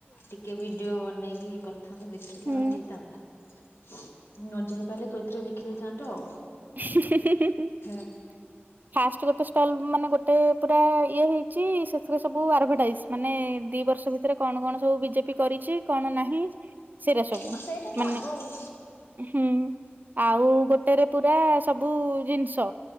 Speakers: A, on the left; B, on the right.
A: ଟିକେ ଭିଡିଓ ବନେଇକି କରିଥାନ୍ତୁ ଦେଖିଲା
B: ହୁଁ।
A: ଭଳିଆ ହେଇଥାନ୍ତା ନ ଯାଇ ପାରିଲେ ତୋଥିରେ ଦେଖିଦେଇ ଥାନ୍ତୁ ଆଉ
B: <inaudible>
A: ହଁ
B: ଫାଷ୍ଟ ଗୋଟେ ଷ୍ଟଲ୍ ମାନେ ଗୋଟେ ପୁରା ଇଏ ହେଇଛି ସେଥିରେ ସବୁ ଆଡ଼ଭର୍ଟାଇଜ ମାନେ ଦି ବର୍ଷ ଭିତରେ କଣ କଣ ସବୁ ବିଜେପି କରିଛି କଣ ନାହିଁ। ସେଇଟା ସବୁ
A: ଆଉ ସେଇଟା ତ
B: ମାନେ
A: ଆଗ ଆଉ
B: ହୁଁ ଆଉ ଗୋଟେ ପୁରା ସବୁ ଜିନିଷ